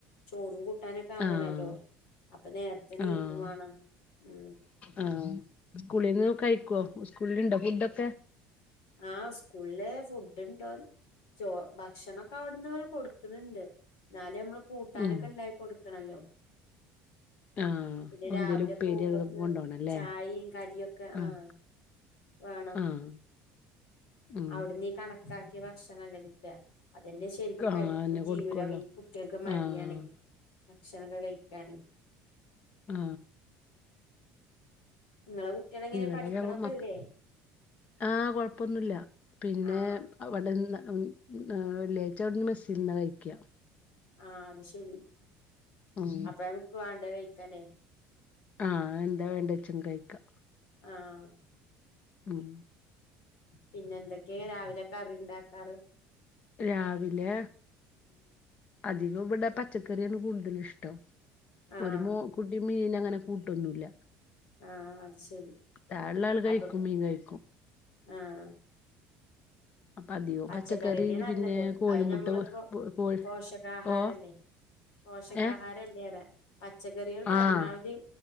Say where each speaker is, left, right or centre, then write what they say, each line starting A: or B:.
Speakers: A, on the left; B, on the left.
A: ചോറും കൂട്ടാനൊക്കെ ആകണല്ലോ
B: ആഹ്
A: അപ്പൊ നേരത്തെനിക്കും
B: ആഹ്
A: വേണം ഉ
B: ആഹ് സ്കൂളിൽന്ന് കഴിക്കുവോ സ്കൂളിൽ ഇണ്ട ഫുഡൊക്കെ
A: ആഹ് സ്കൂളിലെ ഫുഡ് ഇണ്ടോ ചോ ഭക്ഷണക്കെ അവിടുന്ന പോലെ കൊടുക്കുന്നുണ്ട് എന്നാലും നമ്മള് കൂട്ടാനൊക്കെ
B: ഉം
A: ഉണ്ടായി കൊടുക്കണല്ലോ
B: ആഹ്
A: പിന്നെ രാവിലെ
B: എന്തേലും ഉപ്പേരി
A: പോകുമ്പോക്ക്
B: അതൊക്കെ കൊണ്ടോണല്ലേ
A: ചായയും കടിയും ഒക്കെ
B: ആഹ്
A: ആഹ വേണം
B: ആഹ് ഉം
A: അവിട നീ കണക്ക കാക്കിയ ഭക്ഷണമല്ലേ കിട്ടുക അതെന്റെ ശരിക്ക
B: ആഹ്
A: കഴിക്കും
B: അതെന്നെ
A: ജീവല
B: കൊടുക്കൊള്ളൂ
A: കുട്ടികൾക്ക് മടിയാണ്
B: ആഹ്
A: ഭക്ഷണക്കെ കഴിക്കണെങ്ക
B: ആ
A: നിങ്ങളെ കുട്ടികള് എങ്ങനെ
B: ഇവിടെ
A: പഠിക്കണൊക്കെല്ലേ
B: മ ആഹ കൊഴപ്പൊന്നുമില്ല പിന്നെ
A: ആഹ്
B: അവിടെന്ന് വള്ളിയാഴ്ച്ച അവിടുന്ന് ബസ്സിൽ നിന്ന് കഴിക്കുക
A: ആ അത് ശെരി
B: ഉം
A: അപ്പം നമക്ക് വേണ്ടത് കഴിക്കല്ലേ
B: ആ എന്താ വേണ്ടേന്ന് വച്ചും കഴിക്കാം
A: ആഹ്
B: ഉം
A: പിന്നെ എന്തൊക്കെയ രാവിലെ കറിയു ണ്ടാക്കാറ്
B: രാവിലെ അധികം ഇവിടെ പച്ചക്കറിയാണ് കൂടുതലിഷ്ടം.
A: ആഹ്
B: ഒരു മോ കുട്ടി മീന അങ്ങനെ കൂട്ടൊന്നുമില്ല
A: ആ അത് ശരി
B: താഴെള്ള ആള് കഴിക്കും
A: അപ്പൊ
B: മീൻ കഴിക്കും
A: ആഹ്
B: അപ്പൊ അധികവും
A: പച്ചക്കറിന്നെയ
B: പച്ചക്കറി
A: നല്ലത്
B: പിന്നെ കോഴിമുട്ട
A: അത് ഞമ്മളിപ്പോ
B: പൊ- കോഴി
A: പോഷകാഹാരല്ലേ
B: ഓ
A: പോഷകാഹാരല്ലേറെ
B: ഏഹ്
A: പച്ചക്കറികൾ പരമാവധി
B: ആഹ്